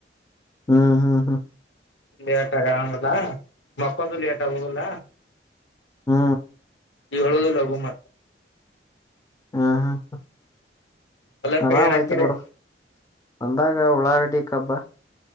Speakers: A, on the left; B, on the left.
A: ಹ್ಮ್ ಹಾ್ ಹಾ
B: ಲೇಟಲ್ಲಾ ಮತ್ತೊಂದು ಲೇಟದುಲ್ಲ
A: ಹ್ಮ
B: ಈ ಹೇಳುದು ಲಘು ಮತ್
A: ಹ್ಮ್
B: ಹೊಲಕ್ಕ
A: ಆರಾಮಯ್ತು
B: ಏನ್ ಹಾಕಿರಿ
A: ಬಿಡು ಅಂದಾಗ ಉಳಾಗಡಿ ಕಬ್ಬಾ